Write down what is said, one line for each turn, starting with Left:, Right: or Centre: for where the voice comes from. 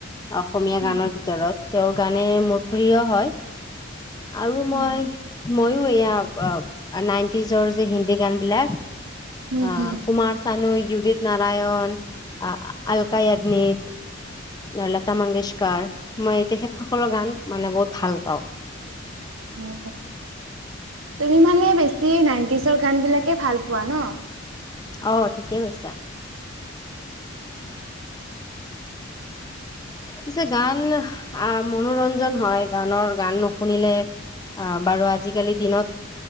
Left: অসমীয়া গানৰ
Right: উম,
Left: ভিতৰত তেওঁৰ গানে মোৰ প্ৰিয় হয়। আৰু মই
Right: উম,
Left: ময়ো এয়া অব নাইণ্টিজৰ যে হিন্দী গানবিলাক
Right: উম,
Left: অ
Right: হুম।
Left: কুমাৰ চানু, উদিত নাৰায়ণ, আ-আলকা য়াগনিক এয়া লতা মংগেশকাৰ। মই তেখেত সকলৰ গান মানে বহুত ভাল পাওঁ।
Right: অ তুমি মানে বেছি নাইণ্টিজৰ গান বিলাকে ভাল পোৱা ন?
Left: অ' ঠিকেই কৈছা।
Right: <inaudible>
Left: পিছে গান আ' মনোৰঞ্জন হয় গানৰ, গান নুশুনিলে অ' বাৰু আজিকালি দিনত